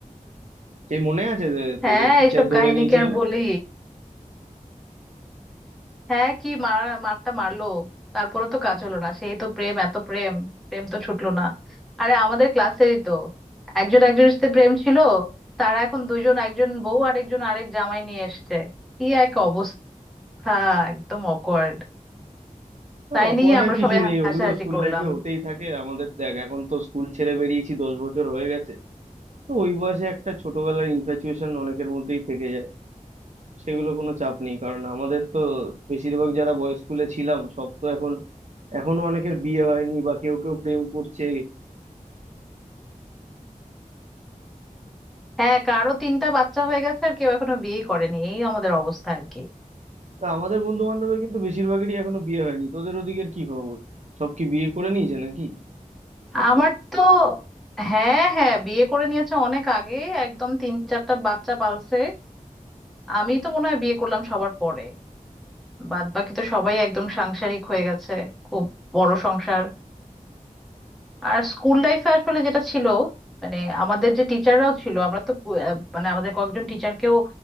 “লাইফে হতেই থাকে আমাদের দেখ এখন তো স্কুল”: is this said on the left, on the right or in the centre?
Right